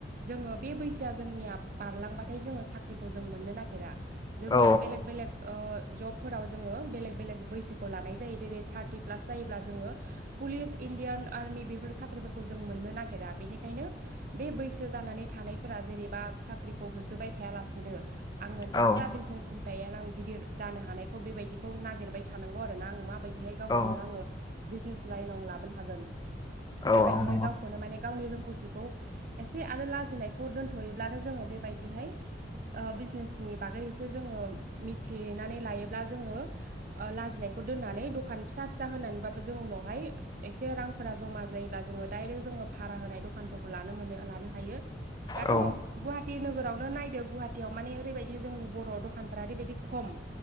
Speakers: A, on the right (about 50°); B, on the left (about 20°).
A: जोङो बे बैसोआ जोंनिया बारलांबाथाय जोङो साख्रिखौ जों मोननो नागिरा। जोंनि
B: औ
A: बेलेग- बेलेग ओ जबफोराव जोङो बेलेग -बेलेग बैसोखौ लानाय जायो जेरै थार्टि प्लास जायोब्ला जोङो पुलिस, इण्डियान आर्मि बेफोर साख्रिफोरखौ जों मोननो नागिरा। बेनिखायनो बे बैसो जानानै थानायफोरा जेनेबा साख्रिखौ होसोबाय थायालासिनो आं मोनसे
B: औ
A: फिसा बिजनेस <unintelligible> आं गिदिर जानो हानायखौ बेबायदिखौ नागिरबाय थानांगौ आरो ना। आं माबायदिहाय गावखौनो
B: औ
A: आङो बिजनेस लाइनाव लाबोनो हागोन। बेबायदिहाय
B: औ नंगौ
A: गावखौनो माने गावनि रोंगौथिखौ एसे आरो लाजिनायखौ दोनथ'योब्लानो जोङो बेबायदिहाय बिजनेसनि बागै एसे जोङो मिथिनानै लायोब्ला जोङो लाजिनायखौ दोननानै दखान फिसा फिसा होनानैबाबो जों उनावहाय एसे रांफोरा जमा जायोब्ला जोङो दडायरेक्ट जोङो भारा होनाय दखानफोरखौ लानो मोनो लानो हायो दाथ'
B: औ
A: गुवाहाटि नोगोरावनो नायदो गुवाहाटियाव माने ओरैबायदि जोंनि बर' दखानफ्रा ओरैबायदि खम